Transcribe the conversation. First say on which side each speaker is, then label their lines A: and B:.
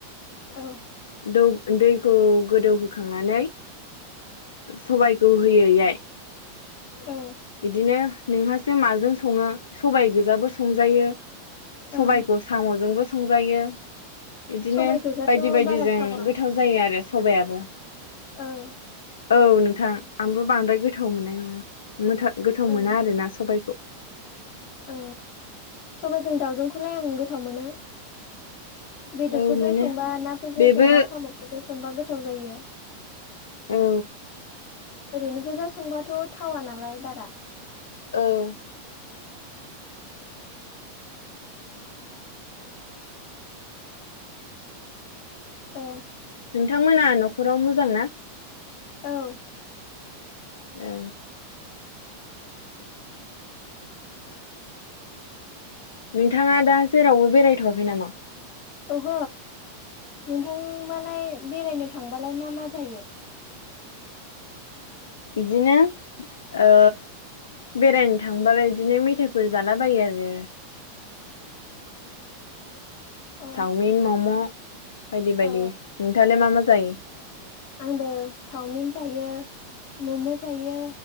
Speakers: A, on the left; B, on the left.
A: औ
B: <inaudible> द दैखौ गोदौहोखांनानै सबायखौ होयैहाय
A: औ
B: बिदिनो नोंहासो माजों सङो सबाय गोजाबो संजायो
A: औ
B: सबायखौ साम'जोंबो संजायो बिदिनो
A: सबाइ गोजाथ'
B: बायदि बायदिजों
A: बारा थावा
B: गोथाव जायो आरो सबायाबो
A: औ।
B: औ नोंथां आंबो बांद्राय गोथाव मोननाय नङा गोथाव
A: औ
B: मोना आरोना सबायखौ
A: औ सबाइजों दाावजोंखौलाय आं गोथाव मोनो बेदरफोरजों
B: औ मोनो
A: संबा नाफोरजों
B: बेबो
A: संबा साम'फोरजों संबा गोथाव जायो
B: औ
A: ओरैनो गोजा संबाथ' थावा नालाय बारा
B: औ
A: एम।
B: नोंथांमोना न'खराव मोजां ना
A: औ
B: ए। नोंथाङा दा जेरावबो बेरायथ'वाखै नामा
A: अह नोंथां आलाय बेरायनो थांबालाय मा मा जायो
B: बिदिनो ओ बेरायनो थांबाबा बिदिनो मेथायाइफोर जालाबायो आरो
A: अ
B: चावमिन मम' बायदि बायदि
A: औ
B: नोंथाङा मा मा जायो
A: आंबो चावमिन जायो मम' जायो